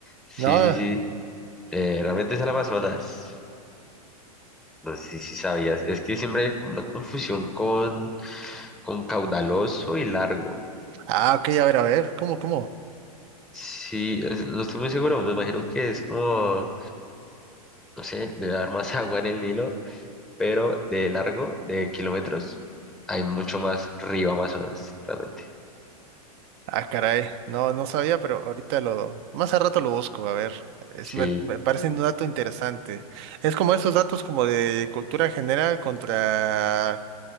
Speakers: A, in the centre; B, on the right (about 45°).
A: Sí,
B: No,
A: sí, sí. Eh, realmente es el Amazonas. No sé si si sabías. Es que siempre hay como una confusión con, con caudaloso y largo.
B: ah, ok, a ver, a ver, ¿cómo, cómo?
A: Sí, es- no estoy muy seguro. Me imagino que es como, no sé, debe haber más <laughs> agua en el Nilo, pero de largo, de kilómetros, hay mucho más río Amazonas, realmente.
B: Ah, caray, no, no sabía, pero ahorita lo, más a rato lo busco, a ver, es,
A: Sí,
B: me, me parece un dato interesante. Es como esos datos como de cultura general contra,